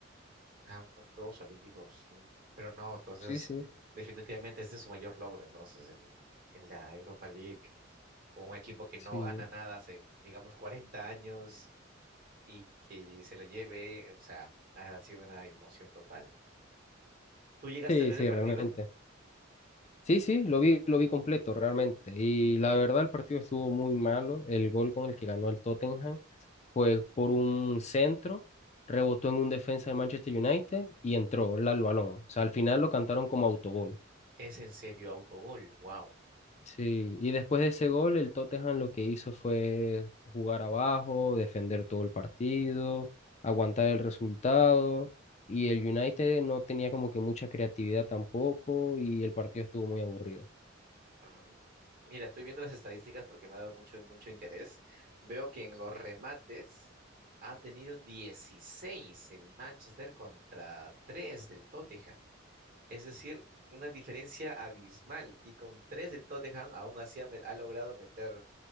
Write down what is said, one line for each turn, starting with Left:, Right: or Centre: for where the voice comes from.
Right: ah, unos Juegos Olímpicos, mm, pero no, entonces,
Left: Sí, sí.
Right: definitivamente este es su mayor logro, entonces, el, en la Europa League, con un equipo que
Left: Sí,
Right: no gana nada hace, digamos, 40 años. y que se lo lleve, o sea, ha sido una emoción total. ¿Tú llegaste
Left: sí,
Right: a ver
Left: sí,
Right: el partido?
Left: realmente. Sí, sí, lo vi, lo vi completo realmente. Y la verdad, el partido estuvo muy malo. El gol con el que ganó el Tottenham fue por un centro, rebotó en un defensa de Manchester United y entró el al balón. O sea, al final lo cantaron como autogol.
Right: Es en serio autogol, wow.
Left: Sí, y después de ese gol, el Tottenham lo que hizo fue jugar abajo, defender todo el partido, aguantar el resultado. Y el United no tenía como que mucha creatividad tampoco y el partido estuvo muy aburrido.
Right: Ah, Mira, estoy viendo las estadísticas porque me ha dado mucho, mucho interés. Veo que en los remates ha tenido dieciséis el Manchester contra tres del Tottenham. Es decir, una diferencia abismal. Y con 3 del Tottenham aún así ha, me- ha logrado meter,